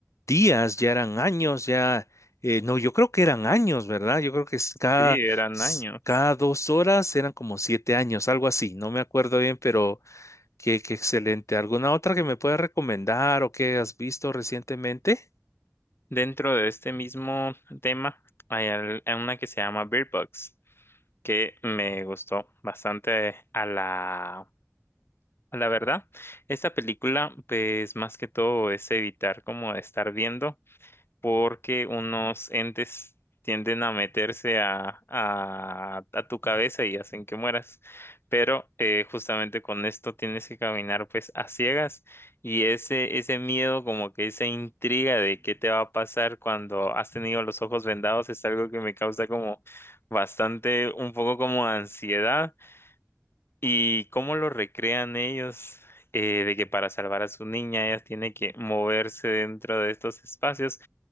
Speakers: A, on the left; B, on the left.
A: días, ya eran años, ya, eh, no, yo creo que eran años, ¿verdad? Yo creo que es cada,
B: Sí, eran
A: s-
B: años.
A: cada dos horas eran como siete años, algo así, no me acuerdo bien, pero Qué, qué excelente. ¿Alguna otra que me puedas recomendar o que has visto recientemente?
B: Dentro de este mismo tema hay al- hay una que se llama Bird Box, que me gustó bastante a la, a la verdad. Esta película, pues más que todo es evitar como estar viendo. porque unos entes tienden a meterse a, a, a tu cabeza y hacen que mueras. Pero eh, justamente con esto tienes que caminar pues a ciegas y ese, ese miedo, como que esa intriga de qué te va a pasar cuando has tenido los ojos vendados es algo que me causa como bastante, un poco como ansiedad. ¿Y cómo lo recrean ellos? eh, de que para salvar a su niña ella tiene que moverse dentro de estos espacios